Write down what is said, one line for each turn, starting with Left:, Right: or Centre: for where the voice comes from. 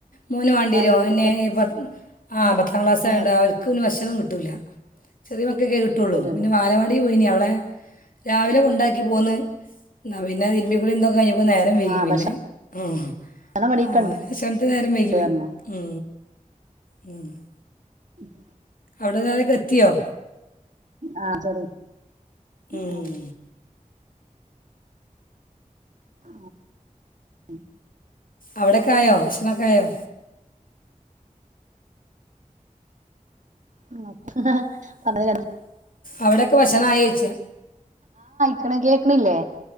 Left: മോന് വാണ്ടിയരും
Right: ആയതുകൊണ്ട്
Left: ഓൻ പിന്നെ
Right: ഇപ്പോ
Left: ഈ <unintelligible> ആഹ് പത്താം ക്ലാസ്സയൊണ്ട്
Right: നേരത്തെ
Left: അവക്ക്ന്നെ <unintelligible> കിട്ടൂല ചെറിയ ഒക്കെ <unintelligible> കിട്ടുള്ളൂ
Right: വരുവല്ലോ
Left: പിന്നെ ബാലവാടില് പോയിന് അവി രാവിലെകൊണ്ടാക്കി പോന്ന് പിന്നെ തിരുബികുളിയിതൊക്കെ <unintelligible> കഴിഞ്ഞ് നേരം വൈകി
Right: ആഹ്
Left: പിന്നെ
Right: ഭക്ഷണം
Left: ആ
Right: ഇവിടെക്കെണ്ട്
Left: ഭക്ഷണത്തിന് നേരം വൈകി
Right: പറഞ്ഞു
Left: പോയി മ് മ് <inaudible>
Right: ഉം <inaudible>
Left: അവിടെല്ലാരൊക്കെ എത്തിയോ
Right: ആ ശരി
Left: ഉം.
Right: അ ആ ഉ
Left: അവിടെക്കായോ ഭക്ഷണൊക്കെയായോ
Right: ആ പറഞ്ഞത് കറ
Left: അവിടേക്ക ഭഷ് ണം ആയേച്ച്
Right: ക്കണ്‌ കേക്കണില്ലേ